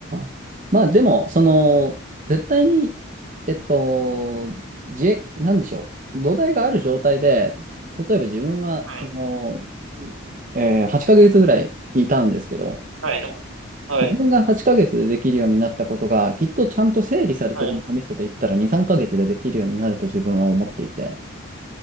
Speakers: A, on the right; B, on the right.
A: ー、まあでも、その、絶対に、えっと、じ、なんでしょう。土台がある状態で、例えば自分は、
B: はい。
A: その、
B: はい。
A: えー、8ヶ月ぐらいいたんですけど、
B: はい。はい。
A: 自分が8ヶ月でできるようになったことが、きっとちゃんと整理されてる脳みそで言ったら2、
B: はい
A: 3ヶ月でできるようになると自分は思っていて、